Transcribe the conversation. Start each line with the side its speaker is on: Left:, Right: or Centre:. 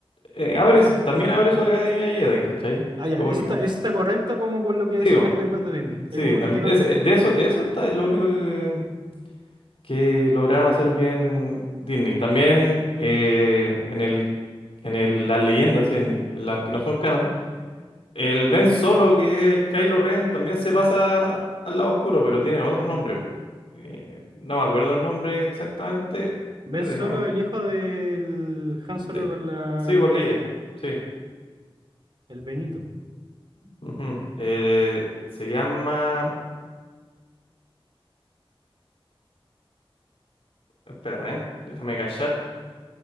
Left: eh, abre, también abre su academia Jedi, ¿cachai?
Right: Ah, ya,
Left: Como
Right: eso
Left: que,
Right: está, eso está correcto como con lo que decían
Left: sí, weón.
Right: las películas de Disney.
Left: sí,
Right: Ahí como,
Left: tam-
Right: hasta ahí
Left: es-
Right: van bien.
Left: eh, de eso, eso está es lo único que, que lograron hacer bien Disney. También eh, en el, en el, las leyendas, en las que no son canon El Ben Solo, que es Kylo Ren, también se pasa al lado oscuro, pero tiene otro nombre. po. Eh, no me acuerdo el nombre exactamente.
Right: Ven
Left: A ver,
Right: Solo,
Left: déjame.
Right: el hijo del Han
Left: De...
Right: Solo con la
Left: Sí, pues
Right: Leia,
Left: leía. Sí.
Right: el Benito.
Left: Ujú. Eh, se llama. Espera, ¿eh? Déjame callar.